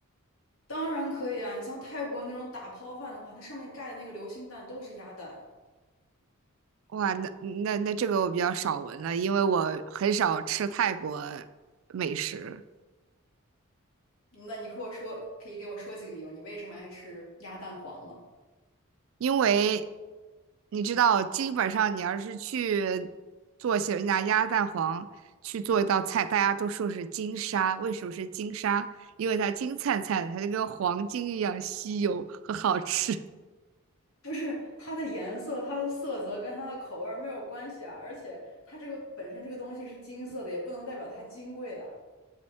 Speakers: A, on the left; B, on the right.
A: 当然可以啊，你像泰国那种打抛饭的话，它上面盖的那个流心蛋都是鸭蛋。
B: 哇，那那那这个我比较少闻了，因为我很少吃泰国美食，
A: 那你和我说，可以给我说几个理由，你为什么爱吃鸭蛋黄吗？
B: 因为你知道，基本上你要是去做些拿鸭蛋黄去做一道菜，大家都说是金沙，为什么是金沙？因为它金灿灿的，它就跟黄金一样稀有和好吃。
A: 不是它的颜色、它的色泽跟它的口味儿没有关系啊，而且它这个本身这个东西是金色的，也不能代表它金贵啊。